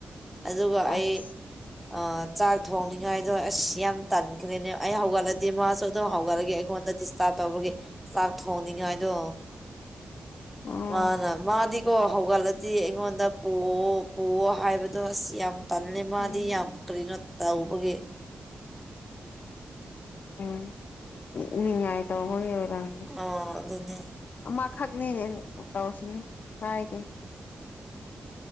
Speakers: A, in the centre; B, on the left.
A: ꯑꯗꯨꯒ
B: ꯑꯁ
A: ꯑꯩ ꯑ ꯆꯥꯛ ꯊꯣꯡꯅꯤꯉꯥꯏꯗꯣ ꯑꯁ ꯌꯥꯝ ꯇꯟꯈ꯭ꯔꯦꯅꯦ ꯑꯩ ꯍꯧꯒꯠꯂꯗꯤ ꯃꯥꯁꯨ ꯑꯗꯨꯝ ꯍꯧꯒꯠꯂꯒꯦ ꯑꯩꯉꯣꯟꯗ ꯗꯤ ꯆꯥ ꯇꯧꯕꯒꯤ ꯆꯥꯛ ꯊꯣꯡꯅꯤꯡꯉꯥꯏꯗꯣ
B: ꯎꯝ
A: ꯃꯥꯅ ꯃꯥꯗꯤ ꯀꯣ ꯍꯧꯒꯠꯂꯗꯤ ꯑꯩꯉꯣꯟꯗ ꯄꯨꯑꯣ ꯄꯨꯑꯣ ꯍꯥꯏꯕꯗꯣ ꯑꯁ ꯌꯥꯝ ꯇꯜꯂꯦ ꯃꯥꯗꯤ
B: ꯎꯝ
A: ꯌꯥꯝ ꯀꯔꯤꯅꯣ ꯇꯧꯕꯒꯤ
B: ꯎꯝ ꯅꯤꯡꯉꯥꯏ ꯇꯧꯕꯒꯤ ꯑꯣꯏꯔꯝꯅꯤ
A: ꯑ ꯑꯗꯨꯅꯦ
B: ꯑꯃꯥꯈꯛꯅꯦ ꯇꯧꯔꯁꯤꯅꯦ ꯀꯥꯏꯗꯦ